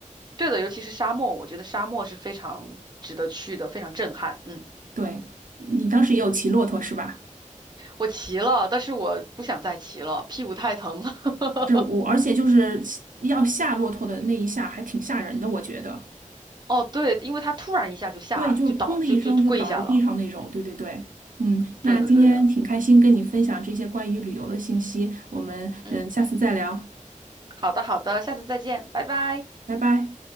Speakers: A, on the right; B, on the right.
A: 对的，尤其是沙漠，我觉得沙漠是非常值得去的，非常震撼。嗯，
B: 对，你当时也有骑骆驼是吧？
A: 我骑了，但是我不想再骑了，屁股太疼了。<laughs>
B: 是我，而且就是要下骆驼的那一下还挺吓人的，我觉得。
A: 哦，对，因为他突然一下就下就倒就就跪下了。
B: 对，就是砰的一声就倒在地上那种。对对对，嗯，
A: 对的，
B: 那今天挺开心跟你分享这些关于旅游的信息，
A: 对的。
B: 我们嗯下次再聊，
A: 嗯，好的，好的，下次再见，拜拜。
B: 拜拜。